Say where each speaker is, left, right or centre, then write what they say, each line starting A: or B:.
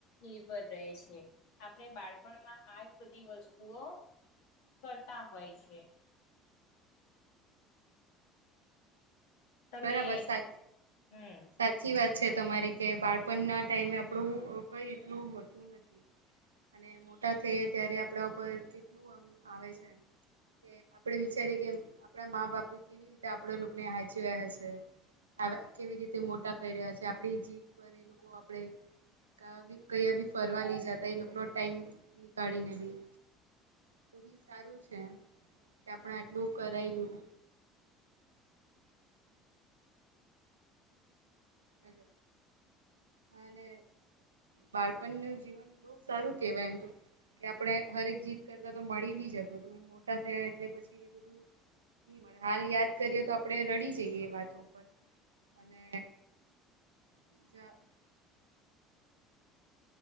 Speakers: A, on the left (about 65°); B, on the right (about 85°).
A: નિર્ભર રહે છે આપણે બાળપણમાં આજ બધી વસ્તુઓ કરતા હોય છે. તમે
B: બરાબર સાચ
A: હમ
B: સાચી વાત છે. તમારી કે બાળપણના ટાઈમે આપણું કઈ એટલું હોતું નથી. <inaudible> અને મોટા થઈએ ત્યારે આપણા ઉપર કેટલું આમ આવે છે. કે આપડે વિચારીએ કે આપડા મા બાપી કેવી રીતે આપડ લોકોને હ છે. કેવી રીતે મોટા આપણી જીત પર એ લોકો આપે ક કયા બી ફરવા લી જાતા એ લોકોનો ટાઈમ નીકાળીને બી તો બી સારું છે. કે આપણે આટલું કરાવ્યું હલોો. અને બાળપણ ન જીવન બહ સારું કેવાય એમ તો કે આપણે હરેક જીત કરતા તો મળી બી જ હત તો મોટા થયા એટલે પછી એ બધું ન હાલ યાદ કરીએ તો આપણે રડી જઈએ એ વાતો ઉપર અને <inaudible>